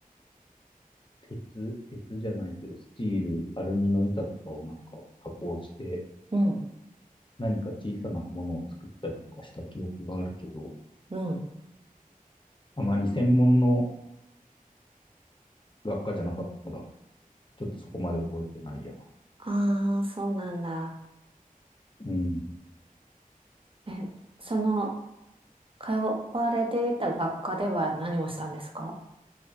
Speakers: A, on the left; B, on the right.
A: 鉄、鉄じゃないけど、スチール、アルミの板とかをなんか加工して、
B: うん、
A: 何か小さなものを作ったりとかした記憶があるけど、
B: うん。
A: あまり専門の学科じゃなかったから、ちょっとそこまで覚えてないや。
B: ああ、そうなんだ。
A: うん。
B: え、その、通われていた学科では何をしたんですか